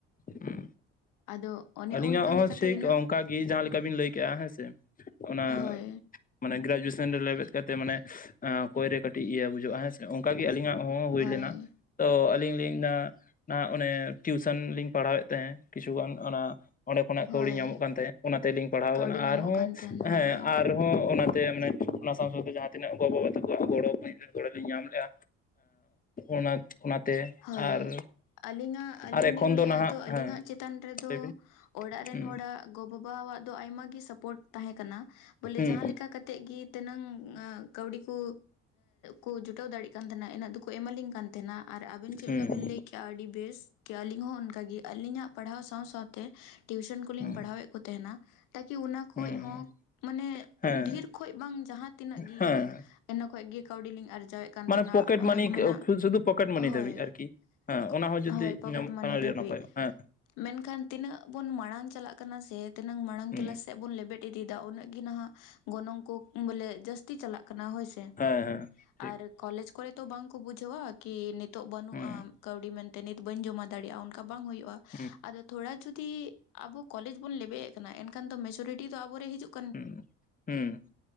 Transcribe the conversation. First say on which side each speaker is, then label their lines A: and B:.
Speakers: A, on the left; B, on the left.
A: ᱦᱩᱸ
B: ᱟᱫᱚ ᱚᱱᱮ
A: ᱟᱹᱞᱤᱧᱟᱜ
B: ᱚᱱᱠᱟ
A: ᱦᱚᱸ
B: ᱞᱮᱠᱟᱛᱮ
A: ᱴᱷᱤᱠ
B: ᱤᱱᱟᱹᱜ
A: ᱚᱱᱠᱟᱜᱮ ᱡᱟᱦᱟᱸ ᱞᱮᱠᱟ ᱵᱤᱱ ᱞᱟᱹᱭ ᱠᱮᱜᱼᱟ ᱦᱮᱸᱥᱮ ᱚᱱᱟ
B: ᱦᱳᱭ
A: ᱢᱟᱱᱮ ᱜᱨᱮᱡᱩᱭᱮᱥᱚᱱ ᱨᱮ ᱞᱮᱵᱮᱫ ᱠᱟᱛᱮ ᱢᱟᱱᱮ ᱠᱚᱭᱨᱮ ᱠᱟᱹᱴᱤᱡ ᱤᱭᱟᱹ ᱵᱩᱡᱩᱜᱟᱹᱜᱼᱟ ᱦᱮᱸ ᱥᱮ ᱚᱱᱠᱟᱜᱮ ᱟᱹᱞᱤᱧᱟᱜ ᱦᱚᱸ ᱦᱩᱭ
B: ᱦᱳᱭ
A: ᱞᱮᱱᱟ ᱛᱚ ᱟᱹᱞᱤᱧ ᱞᱤᱧ ᱚᱱᱟ ᱚᱱᱮ ᱴᱤᱭᱩᱥᱚᱱ ᱞᱤᱧ ᱯᱟᱲᱦᱟᱣᱮᱫ ᱛᱟᱦᱮᱸᱫ ᱠᱤᱪᱷᱩᱜᱟᱱ ᱚᱱᱟ ᱚᱸᱰᱮ ᱠᱷᱚᱱᱟᱜ
B: ᱦᱳᱭ
A: ᱠᱟᱹᱣᱰᱤ ᱧᱟᱢᱚᱜ ᱠᱟᱱ ᱛᱟᱦᱮᱸᱫ ᱚᱱᱟ ᱛᱮᱞᱤᱧ ᱯᱟᱲᱦᱟᱣ
B: ᱠᱟᱹᱣᱰᱤ
A: ᱟᱠᱟᱱᱟ
B: ᱧᱟᱢᱚᱜ
A: ᱟᱨᱦᱚᱸ
B: ᱠᱟᱱ ᱛᱟᱦᱮᱱᱟ
A: ᱦᱮᱸ
B: ᱦᱳᱭ
A: ᱟᱨ ᱦᱚᱸ ᱚᱱᱟᱛᱮ ᱢᱟᱱᱮ ᱚᱱᱟ ᱥᱟᱶ ᱥᱟᱶᱛᱮ ᱡᱟᱦᱟᱸ ᱛᱤᱱᱟᱹᱜ ᱜᱚᱼᱵᱟᱵᱟ ᱛᱟᱠᱚᱣᱟᱜ ᱜᱚᱲᱚ ᱠᱚ ᱜᱚᱲᱚ ᱞᱤᱧ ᱧᱟᱢ ᱞᱮᱜᱼᱟ ᱚᱱᱟ ᱚᱱᱟᱛᱮ
B: ᱦᱳᱭ
A: ᱟᱨ
B: ᱟᱹᱞᱤᱧᱟᱜ ᱟᱹᱞᱤᱧ
A: ᱟᱨ ᱮᱠᱷᱚᱱ
B: ᱞᱤᱧ
A: ᱫᱚ
B: ᱞᱟᱹᱭᱟ
A: ᱱᱟᱦᱟᱜ
B: ᱛᱚ ᱟᱹᱞᱤᱧᱟᱜ
A: ᱦᱮᱸ
B: ᱪᱮᱛᱟᱱ ᱨᱮᱫᱚ
A: ᱞᱟᱹᱭ ᱵᱤᱱ
B: ᱚᱲᱟᱜ ᱨᱮᱱ
A: ᱦᱩᱸ
B: ᱦᱚᱲᱟᱜ ᱜᱚ ᱵᱟᱵᱟᱣᱟᱜ ᱫᱚ ᱟᱭᱢᱟ ᱜᱮ ᱥᱟᱯᱳᱴ ᱛᱟᱦᱮᱸ ᱠᱟᱱᱟ ᱵᱚᱞᱮ
A: ᱦᱩᱸ
B: ᱡᱟᱦᱟᱸ ᱞᱮᱠᱟ ᱠᱟᱛᱮᱜ ᱜᱮ ᱛᱮᱱᱟᱹᱝ ᱠᱟᱹᱣᱰᱤ ᱠᱚ ᱠᱚ ᱡᱩᱴᱟᱹᱣ ᱫᱟᱲᱮᱭᱟᱜ ᱠᱟᱱ ᱛᱟᱦᱮᱱᱟ ᱤᱱᱟᱹᱜ ᱫᱚᱠᱚ ᱠᱚ ᱮᱢᱟᱞᱤᱧ ᱠᱟᱱ ᱛᱟᱦᱮᱱᱟ ᱟᱨ ᱟᱵᱮᱱ ᱪᱮᱫ
A: ᱦᱩᱸ
B: ᱞᱮᱠᱟ
A: ᱦᱩᱸ
B: ᱵᱮᱱ ᱞᱟᱹᱭ ᱠᱮᱜᱼᱟ ᱟᱹᱰᱤ ᱵᱮᱥ ᱠᱤ ᱟᱹᱞᱤᱧ ᱦᱚᱸ ᱚᱱᱠᱟᱜᱮ ᱟᱹᱞᱤᱧᱟᱜ ᱯᱟᱲᱦᱟᱣ ᱥᱟᱶ ᱥᱟᱶᱛᱮ ᱴᱤᱭᱩᱥᱚᱱ ᱠᱚᱞᱤᱧ
A: ᱦᱩᱸ
B: ᱯᱟᱲᱦᱟᱣᱮᱫ ᱠᱚ ᱛᱟᱦᱮᱱᱟ ᱛᱟᱠᱤ ᱚᱱᱟ ᱠᱷᱚᱡ
A: ᱦᱩᱸ
B: ᱦᱚᱸ ᱢᱟᱱᱮ
A: ᱦᱮᱸ
B: ᱰᱷᱮᱨ ᱠᱷᱚᱡ ᱵᱟᱝ ᱡᱟᱦᱟᱸ ᱛᱤᱱᱟᱹᱜ ᱜᱮ
A: ᱦᱮᱸ
B: ᱤᱱᱟᱹ ᱠᱷᱚᱡ ᱜᱮ ᱠᱟᱹᱣᱰᱤ ᱞᱤᱧ ᱟᱨᱡᱟᱣᱮᱫ ᱠᱟᱱ
A: ᱢᱟᱱᱮ
B: ᱛᱟᱦᱮᱱᱟ
A: ᱯᱚᱠᱮᱴ
B: ᱚᱱᱮ
A: ᱢᱟᱱᱤ
B: ᱠᱚ ᱢᱮᱱᱟ
A: ᱥᱩᱫᱷᱩ ᱯᱚᱠᱮᱴ ᱢᱟᱱᱤ
B: ᱦᱳᱭ
A: ᱫᱷᱟᱹᱵᱤᱡ ᱟᱨᱠᱤ ᱦᱮᱸ
B: <inaudible>
A: ᱚᱱᱟ ᱦᱚᱸ ᱡᱩᱫᱤ
B: ᱦᱳᱭ ᱯᱚᱠᱮᱴ
A: ᱧᱟᱢᱚᱜ
B: ᱢᱟᱹᱱᱤ
A: ᱠᱷᱟᱱ ᱟᱹᱰᱤ
B: ᱫᱷᱟᱵᱤᱡ
A: ᱱᱟᱯᱟᱭᱚᱜᱼᱟ ᱦᱮᱸ
B: ᱢᱮᱱᱠᱷᱟᱱ ᱛᱤᱱᱟᱹᱜ ᱵᱚᱱ ᱢᱟᱲᱟᱝ ᱪᱟᱞᱟᱜ ᱠᱟᱱᱟ ᱥᱮ ᱛᱤᱱᱟᱹᱝ ᱢᱟᱲᱟᱝ
A: ᱦᱮᱸ
B: ᱠᱮᱞᱟᱥ ᱵᱚᱱ ᱞᱮᱵᱮᱫ ᱤᱫᱤᱭᱮᱫᱟ ᱩᱱᱟᱹᱜ ᱜᱮ ᱱᱟᱦᱟᱜ ᱜᱚᱱᱚᱝ ᱠᱚ ᱵᱚᱞᱮ ᱡᱟᱹᱥᱛᱤ ᱪᱟᱞᱟᱜ ᱠᱟᱱᱟ ᱠᱟᱱᱟ ᱦᱳᱭᱥᱮ
A: ᱦᱮᱸ ᱦᱮᱸ ᱴᱷᱤᱠ
B: ᱟᱨ ᱠᱚᱞᱮᱡ ᱠᱚᱨᱮ ᱛᱚ ᱵᱟᱝ ᱠᱚ ᱵᱩᱡᱷᱟᱹᱣᱟ ᱠᱤ ᱱᱤᱛᱚᱜ ᱵᱟᱹᱱᱩᱜ
A: ᱦᱩᱸ
B: ᱠᱟᱹᱣᱰᱤ ᱢᱮᱱᱛᱮ ᱱᱤᱛ ᱵᱟᱹᱧ ᱡᱚᱢᱟ ᱫᱟᱲᱮᱭᱟᱜᱼᱟ ᱚᱱᱠᱟ ᱵᱟᱝ ᱦᱩᱭᱩᱜᱼᱟ
A: ᱦᱩᱸ
B: ᱟᱫᱚ ᱛᱷᱚᱲᱟ ᱡᱩᱫᱤ ᱟᱵᱚ ᱠᱚᱞᱮᱡᱽ ᱵᱚᱱ ᱞᱮᱵᱮ ᱮᱫ ᱠᱟᱱᱟ ᱮᱱᱠᱷᱟᱱ ᱫᱚ ᱢᱮᱪᱚᱨᱤᱴᱤ ᱫᱚ ᱟᱵᱚᱨᱮ ᱦᱤᱡᱩᱜ <unintelligible> ᱠᱟᱱᱟ
A: ᱦᱩᱸ ᱦᱩᱸ